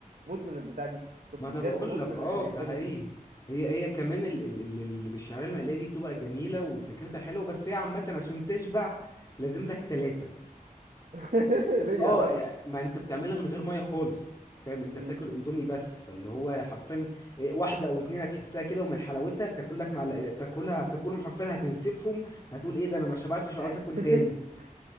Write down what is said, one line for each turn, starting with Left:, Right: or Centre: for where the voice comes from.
Right: مدمن البتاع دي كنت
Left: ما انا
Right: بجد
Left: بقول
Right: مدمن
Left: لك اه
Right: الاندومي
Left: ده حقيقي
Right: دي
Left: هي هي كمان ال- ال- ال- اللي بالشعريه المقليه دي بتبقى جميله وفكرتها حلوه بس هي عامه عشان تشبع لازم لك ثلاثه
Right: <laughs> ليه
Left: اه
Right: يا معلم
Left: يعني ما انت بتعملها من غير ميه خالص فاهم انت
Right: امم
Left: بتاكل اندومي بس فاللي هو حرفيا إيه، واحده او اتنين هتحسها كده ومن حلاوتها تاكل لك مع تاكلها هتاكلهم حرفيا هتنسفهم هتقول ايه ده انا ما شبعتش وعايز اكل
Right: <laughs>
Left: تاني